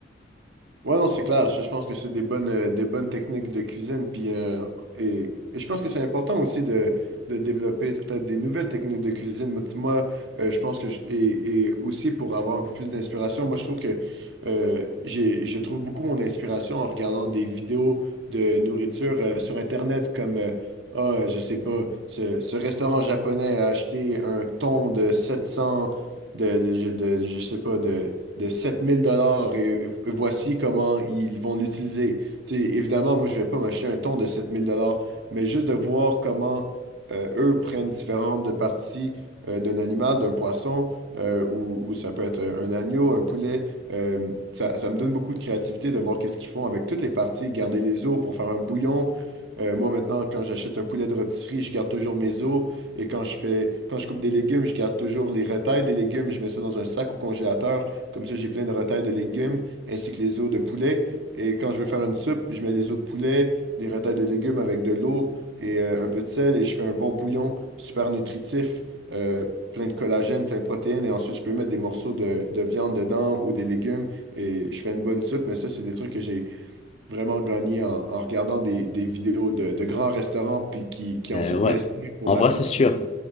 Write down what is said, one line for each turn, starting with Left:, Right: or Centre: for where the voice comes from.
Right: Ouais, non, c'est clair. Je, je pense que c'est des bonnes, euh, des bonnes techniques de cuisine. Puis, euh, et, et je pense que c'est important aussi de, de développer peut-être des nouvelles techniques de cuisine. Moi, tu- moi, euh, je pense que, je- et, et aussi pour avoir un peu plus d'inspiration, moi, je trouve que euh, j'ai, je trouve beaucoup mon inspiration en regardant des vidéos de nourriture euh, sur Internet comme, euh, ah, je sais pas, ce, ce restaurant japonais a acheté un thon de 700, de, de, je de- je sais pas, de de 7000 dollars et, et voici comment ils vont l'utiliser. Tu sais, évidemment, moi, je vais pas m'acheter un ton de 7000 dollars, mais juste de voir comment euh, eux prennent différentes de parties euh, d'un animal, d'un poisson, euh, ou, ou ça peut être un agneau, un poulet. Euh, ça, ça me donne beaucoup de créativité de voir qu'est-ce qu'ils font avec toutes les parties, garder les os pour faire un bouillon. Euh, moi, maintenant, quand j'achète un poulet de rôtisserie, je garde toujours mes os. Et quand je fais, quand je coupe des légumes, je garde toujours les retailles des légumes. Je mets ça dans un sac au congélateur. Comme ça, j'ai plein de retails de légumes ainsi que les os de poulet. Et quand je veux faire une soupe, je mets les os de poulet, des retails de légumes avec de l'eau et euh, un peu de sel et je fais un bon bouillon super nutritif, euh, plein de collagène, plein de protéines. Et ensuite, je peux mettre des morceaux de, de viande dedans ou des légumes et je fais une bonne soupe. Mais ça, c'est des trucs que j'ai vraiment gagné en, en regardant des, des vidéos de, de grands restaurants puis qui, qui
Left: Euh,
Right: ensuite
Left: ouais,
Right: m'inspirent pour
Left: en
Right: ma
Left: vrai,
Right: petite
Left: c'est sûr.
Right: cuisine.